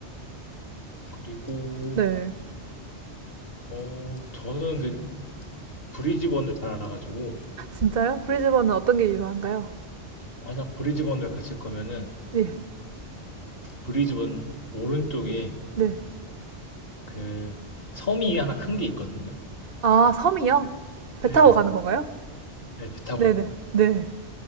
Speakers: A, on the left; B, on the right.
A: 그리고
B: 네.
A: 어 저는 근데 브리즈번을 잘 알아가지고
B: 진짜요? 브리즈번은 어떤 게 유명한가요?
A: 만약 브리즈번을 가실 거면은
B: 네.
A: 브리즈번 오른쪽에
B: 네.
A: 그 섬이 하나 큰 게 있거든요
B: 아, 섬이요? 배
A: 네.
B: 타고 가는 건가요?
A: 네, 배 타고
B: 네네.
A: 가는 거예요.
B: 네.